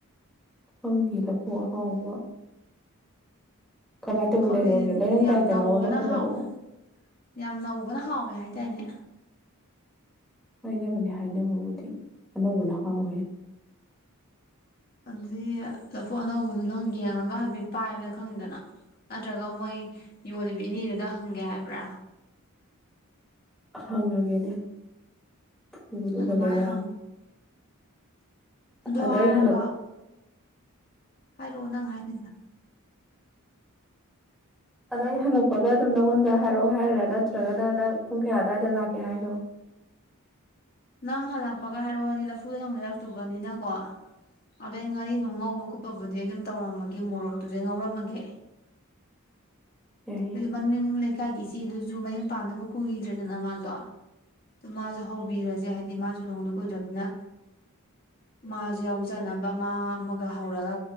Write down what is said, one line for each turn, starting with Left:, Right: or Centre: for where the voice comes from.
Centre: ꯈꯪꯗꯦ ꯂꯐꯨ ꯑꯍꯥꯎꯕ ꯀꯃꯥꯏꯅ ꯇꯧꯕ
Left: ꯈꯪꯗ
Centre: ꯂꯩꯔꯛꯎꯒꯦ ꯂꯩꯔꯝꯗꯥꯏꯗ
Left: ꯌꯥꯝ ꯅꯧꯕꯅ
Centre: ꯅꯉꯣꯟꯗ ꯐꯣꯟ
Left: ꯍꯥꯎꯋꯦ
Centre: ꯇꯧꯔꯛꯎꯔꯣ
Left: ꯌꯥꯝ ꯅꯧꯕꯅ ꯍꯥꯎꯋꯦ ꯍꯥꯏꯗꯥꯏꯅꯦ
Centre: ꯍꯥꯏꯅꯕꯅꯦ ꯍꯥꯏꯅꯕꯕꯨꯗꯤ ꯑꯅꯧꯕ ꯅ ꯍꯥꯎꯋꯦ
Left: ꯑꯗꯨꯗꯤ ꯂꯐꯨ ꯑꯅꯧꯕꯗꯨ ꯅꯪ ꯌꯦꯡꯉꯒ ꯍꯥꯏꯐꯦꯠ ꯄꯥꯏꯕꯗ ꯈꯪꯅꯤꯗꯅ ꯅꯠꯇ꯭ꯔꯒ ꯃꯣꯏ ꯌꯣꯜꯂꯤꯕ ꯏꯅꯦꯗꯨꯗ ꯍꯪꯒꯦ ꯍꯥꯏꯕ꯭ꯔꯥ
Centre: ꯍꯪꯉꯒꯦꯅꯦ ꯍꯨꯗꯨꯒ
Left: ꯑꯗꯨꯃꯥꯏꯅ
Centre: ꯂꯩꯔꯛꯑꯒꯦ
Left: ꯍꯪꯉꯨ ꯑꯗꯨ
Centre: ꯑꯗ
Left: ꯍꯥꯏꯔꯒ
Centre: ꯑꯩ ꯍꯜꯂꯛ
Left: ꯍꯥꯏꯔꯛꯑꯣ ꯅꯪ ꯍꯥꯏꯗꯣꯏꯗꯣ
Centre: ꯑꯗꯥꯏ ꯍꯜꯂꯛꯄꯒ ꯗꯨꯝ ꯅꯪꯉꯣꯟꯗ ꯍꯥꯏꯔꯛꯑꯣ ꯍꯥꯏꯔꯥ ꯅꯠꯇ꯭ꯔꯒꯅ ꯅꯪ ꯄꯨꯡ ꯀꯌꯥ ꯑꯗꯥꯏꯗ ꯂꯥꯛꯀꯦ ꯍꯥꯏꯅꯣ
Left: ꯅꯪ ꯍꯜꯂꯛꯄꯒ ꯍꯥꯏꯔꯛꯑꯣ ꯍꯥꯏꯗꯤ ꯂꯐꯨꯗ ꯅꯪ ꯂꯩꯔꯛꯇꯨꯕꯅꯤꯅꯀꯣ ꯑꯗꯨꯗ ꯑꯩ ꯉꯥꯔꯤ ꯅꯨꯡ ꯉꯧꯕ ꯈꯣꯠꯄꯕꯨꯗꯤ ꯑꯩ ꯑꯗꯨꯝ ꯇꯧꯔꯝꯃꯒꯦ ꯃꯣꯔꯣꯛꯇꯨꯗꯩ ꯉꯧꯔꯝꯃꯒꯦ
Centre: ꯌꯥꯏ
Left: ꯑꯗꯨ
Centre: ꯌꯥꯏ
Left: ꯃꯅꯤꯡ ꯂꯩꯀꯥꯏꯒꯤ ꯏꯆꯦ ꯆꯦꯗꯨꯁꯨ ꯃꯌꯨꯝ ꯄꯥꯟꯗꯕ ꯀꯨꯏꯗ꯭ꯔꯦꯗꯅ ꯃꯥꯖꯨ ꯑꯗꯨ ꯃꯥꯖꯨ ꯍꯧꯕꯤꯔꯖꯦ ꯍꯥꯏꯗꯤ ꯃꯥꯁꯨ ꯂꯨꯍꯣꯡꯗ ꯀꯨꯏꯗ꯭ꯔꯅꯤꯅ ꯃꯥꯖꯨ ꯌꯥꯎꯖꯅꯕ ꯃꯥ ꯑꯃꯒ ꯍꯧꯔꯒ